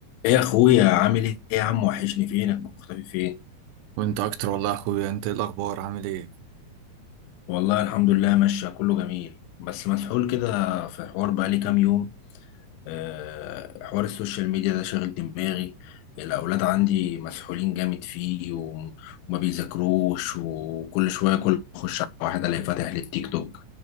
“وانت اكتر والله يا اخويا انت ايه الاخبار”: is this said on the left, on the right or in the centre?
Right